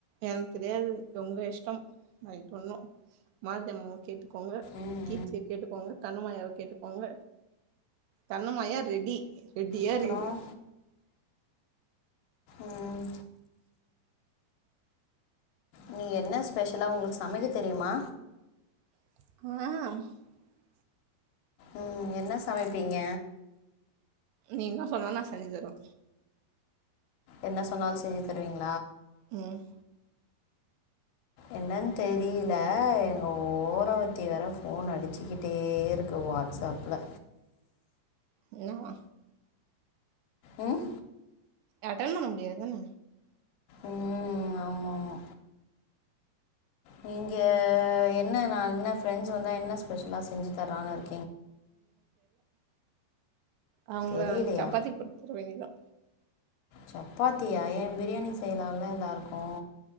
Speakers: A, on the right (about 80°); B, on the left (about 75°).
A: எனக்கு தெரியாது ஒங்க இஷ்டோம் ஐ டோன் நோ வய்யமூடு கேட்டுக்கோங்க
B: ம்.
A: கீர்திய கேட்டுக்கோங்க கண்ணமாயவ கேட்டுக்கோங்க தன்னமாயா ரெடி ரெடியா
B: அப்புறம்?
A: இருக்குது
B: ம். நீ என்ன ஸ்பெஷலா உங்களுக்கு சமைக்க தெரிமா
A: ஆ
B: உம் என்ன சமைப்பீங்க
A: நீங்ளா சொன்னா நா செஞ்சு தருவ
B: என்ன சொன்னாலு செஞ்சு தருவீங்க
A: உம்
B: என்னன் தெரியல எங்க ஓரவத்தி வேற போன் அடிச்சுக்கிட்டே இருக்கு வாட்ஸ்ப்ல
A: என்னவா
B: உம்
A: அட்டன் பண்ண முடியாது தான
B: உம் ஆமா ஆமா நீங்க என்ன நா என்ன ஃப்ரெண்ட்ஸ் வந்தா என்ன ஸ்பெஷலா செஞ்சு தறான்னு இருக்
A: அவுங்கள
B: தெரியலையா
A: வந்து சப்பாத்தி பொடுத்துட வேண்டிதா
B: சப்பாத்தியா ஏ பிரியாணி செய்லால்ல எல்லாருக்கு